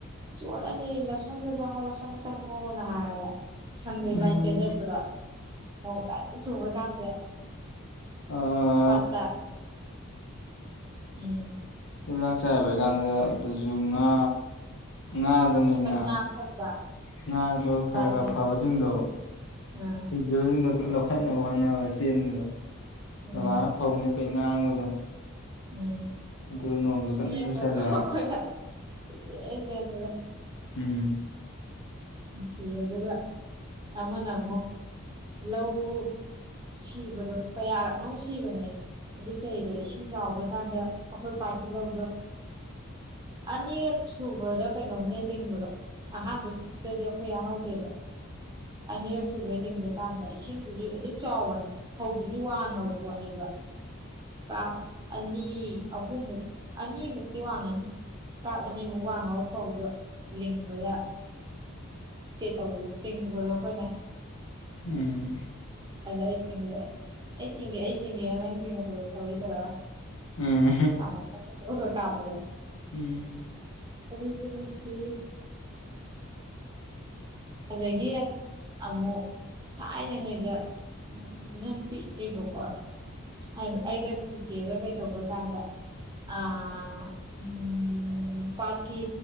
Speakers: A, on the right; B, on the left.
A: ꯆꯣꯠꯂꯅꯤ ꯂꯧꯁꯪꯗ ꯆꯪꯉꯣ ꯂꯧꯁꯪ ꯆꯪꯉꯣꯅ ꯍꯥꯏꯔꯒ ꯁꯪꯗ ꯏꯕꯥꯥꯏꯅ
B: ꯎꯝ
A: ꯆꯦꯟꯁꯤꯟꯕꯗ ꯅꯣꯡ ꯀꯥꯏꯗ ꯆꯨꯕ ꯀꯥꯟꯗ
B: ꯑ
A: ꯄꯇꯥ ꯎꯝ
B: ꯑꯗꯨꯨꯗꯥꯛ ꯆꯥꯏꯕꯩ ꯀꯥꯟꯗ ꯑꯗꯨꯗꯁꯨ ꯉꯥ ꯉꯥꯗꯅꯤ
A: ꯑꯩꯈꯣꯏ
B: ꯉꯥ
A: ꯐꯪꯕ
B: ꯉꯥꯗꯣ
A: ꯏꯕꯥꯅꯤꯅ
B: ꯈꯔ ꯈꯔ ꯐꯕꯁꯤꯡꯗꯣ
A: ꯎꯝ
B: ꯏꯁꯤꯡꯗ ꯂꯧꯈꯠꯅꯕ ꯍꯣꯠꯅꯕ ꯆꯦꯟꯕꯗ
A: ꯎꯝ
B: ꯕꯕꯥꯅ ꯐꯧꯅꯦꯄꯩ ꯉꯥꯡꯕꯗꯣ
A: ꯎꯝ
B: ꯑꯗꯨ ꯅꯣꯡꯁꯨ
A: ꯆꯦꯟꯒꯔꯣ
B: ꯀꯟꯅ ꯆꯨꯁꯜꯂꯛꯑꯦ
A: ꯊꯣꯏ ꯆꯦꯟ ꯆꯦꯟꯕꯗꯣ
B: ꯎꯝ
A: ꯁꯤ ꯑꯗꯨꯒ ꯑꯃꯅ ꯑꯃꯣ ꯂꯧ ꯁꯤꯕꯗꯣ ꯀꯌꯥꯔꯛꯅꯣ ꯁꯤꯕꯅꯦ ꯑꯗꯨ ꯆꯍꯤꯗꯣ ꯏꯁꯤꯡ ꯆꯥꯎꯕꯩ ꯀꯥꯟꯗ ꯑꯩꯈꯣꯏ ꯄꯥꯠꯀꯤ ꯂꯧꯗꯣ ꯑꯅꯤꯔꯛ ꯁꯨꯕꯔꯥ ꯀꯩꯅꯣꯝꯅꯦ ꯂꯤꯡꯕꯗꯣ ꯑꯍꯥꯟꯕꯁꯤ ꯇꯗꯤ ꯑꯩꯈꯣꯏ ꯌꯥꯎꯍꯧꯗꯦꯕ ꯑꯅꯤꯔꯛ ꯁꯨꯕꯩ ꯂꯤꯡꯕ ꯀꯥꯟꯗ ꯏꯁꯤꯡꯗꯨꯁꯨ ꯑꯗꯨꯝ ꯆꯥꯎꯕꯅꯦ ꯍꯧꯗꯨꯁꯨ ꯋꯥꯡꯉꯕ ꯄꯣꯠꯅꯦꯕ ꯀꯥꯞ ꯑꯅꯤ ꯑꯍꯨꯝꯃꯨꯛ ꯑꯅꯤꯃꯨꯛꯇꯤ ꯋꯥꯡꯉꯅꯤ ꯀꯥꯞꯑꯅꯤ ꯑꯃꯨꯛ ꯋꯥꯡꯉꯕ ꯐꯧꯗꯣ ꯂꯤꯡꯕꯗ ꯀꯩ ꯇꯧꯕꯗꯣ ꯆꯤꯡꯕꯗꯣ ꯑꯩꯈꯣꯏꯅ
B: ꯎꯝ
A: ꯑꯗ ꯑꯩ ꯆꯤꯡꯕꯗ ꯑꯩ ꯆꯤꯡꯒꯦ ꯑꯩ ꯆꯤꯡꯒꯦꯅ ꯅꯪ ꯆꯤꯡꯉꯛꯄꯗ ꯊꯧꯔꯤ ꯇꯧꯔ
B: ꯎꯝ
A: ꯑ ꯀꯥꯄꯂ <unintelligible>
B: ꯎꯝ
A: ꯑꯗꯨꯕ ꯔꯁꯤ ꯑꯗꯒꯤ ꯑꯃꯨꯛ ꯊꯥꯏꯅꯉꯩꯗ ꯎ ꯅꯪ ꯄꯤꯛꯑꯦꯕꯀꯣ ꯑꯩ ꯑꯩꯒꯠ ꯆꯤꯆꯦꯒ ꯀꯩ ꯇꯧꯕ ꯀꯥꯟꯗ ꯑ ꯎꯝ ꯄꯠꯀꯤ